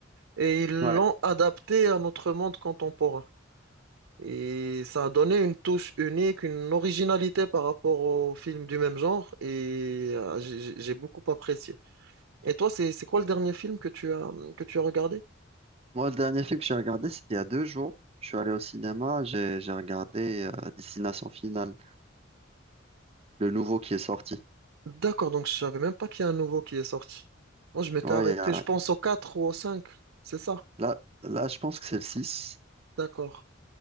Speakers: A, on the right (about 80°); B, on the right (about 30°).
A: et ils
B: Ouais.
A: l'ont adapté à notre monde contemporain. Et ça a donné une touche unique, une originalité par rapport aux films du même genre, et euh, j'ai j'ai- j'ai beaucoup apprécié. Et toi, c'est c'est quoi le dernier film que tu as que tu as regardé?
B: Moi, le dernier film que j'ai regardé, c'était il y a deux jours. Je suis allé au cinéma, j'ai j'ai regardé euh, Destination Finale, le nouveau qui est sorti.
A: D'accord, donc je savais même pas qu'il y a un nouveau qui est sorti. Moi, je m'étais
B: Ouais,
A: arrêté,
B: il y a-
A: je pense au 4 ou au 5. c'est ça?
B: là, là, je pense que c'est le 6.
A: D'accord.